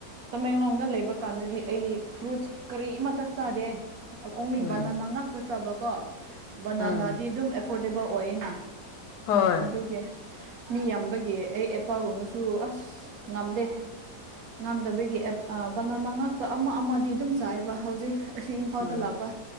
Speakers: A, on the right; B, on the left.
A: ꯇꯃꯦꯡꯂꯣꯡꯗ ꯂꯩꯕ ꯀꯥꯟꯗꯗꯤ ꯑꯩ ꯐ꯭ꯔꯨꯠꯁ ꯀꯔꯤꯃꯠꯇ ꯆꯥꯗꯦ ꯑ ꯑꯣꯡꯂꯤ
B: ꯎꯝ
A: ꯕꯅꯅꯥ ꯉꯥꯛꯇ ꯆꯕꯀꯣ ꯕꯅꯅꯥꯗꯤ
B: ꯎꯝ
A: ꯑꯗꯨꯝ ꯑꯦꯐꯣꯔꯗꯦꯕꯜ ꯑꯣꯏꯌꯦꯅ
B: ꯍꯣꯏ
A: ꯑꯗꯨꯒꯤ ꯃꯤ ꯌꯥꯝꯕꯒꯤ ꯑꯩ ꯑꯦꯄꯥꯜꯒꯨꯝꯕꯁꯨ ꯑꯁ ꯉꯝꯗꯦ ꯉꯝꯗꯕꯒꯤ ꯑꯦꯞ ꯑ ꯕꯅꯥꯅ ꯉꯥꯛꯇ ꯑꯃ ꯑꯃꯗꯤ ꯑꯗꯨꯝ ꯆꯥꯏꯌꯦꯕ ꯍꯧꯖꯤꯛ ꯑꯁꯤ ꯏꯝꯐꯥꯜꯗ
B: ꯎꯝ
A: ꯂꯥꯛꯄ